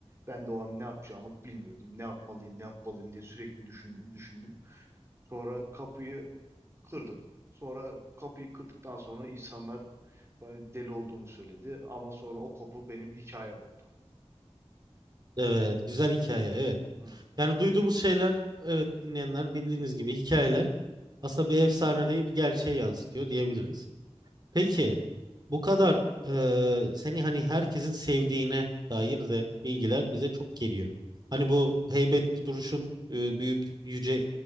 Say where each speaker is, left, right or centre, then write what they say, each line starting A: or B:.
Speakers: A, on the right; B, on the right.
A: Ben de o an ne yapacağımı bilmiyordum. Ne yapmalıyım, ne yapmalıyım diye sürekli düşündüm, düşündüm. Sonra kapıyı Kırdım. Sonra kapıyı kırdıktan sonra insanlar bana deli olduğumu söyledi. Ama sonra o kapı benim hikayem oldu.
B: Evet, güzel hikaye. Evet.
A: Hı.
B: Yani duyduğumuz şeyler, evet dinleyenler bildiğiniz gibi hikayeler aslında bir efsane değil bir gerçeği yansıtıyor diyebiliriz. Peki bu kadar eee, seni hani herkesin sevdiğine dair de bilgiler bize çok geliyor. Hani bu heybetli duruşun, eee, büyük yüce